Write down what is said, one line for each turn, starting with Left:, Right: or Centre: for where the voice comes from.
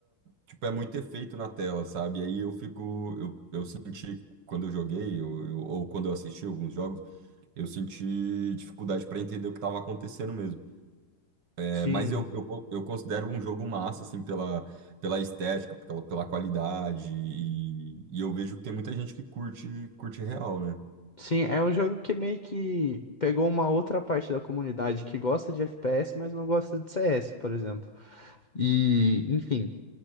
Right: tipo, é muito efeito na tela, sabe? E Aí eu fico, eu, eu senti quando eu joguei, eu, eu- ou quando eu assisti alguns jogos, eu senti dificuldade para entender o que estava acontecendo mesmo. É,
Left: sim.
Right: mas eu, eu, eu considero um jogo massa, assim, pela, pela estética, pela, pela qualidade, e, e eu vejo que tem muita gente que curte, curte real, né?
Left: Sim, é um jogo que meio que pegou uma outra parte da comunidade que gosta de FPS, mas não gosta de CS, por exemplo. E, enfim.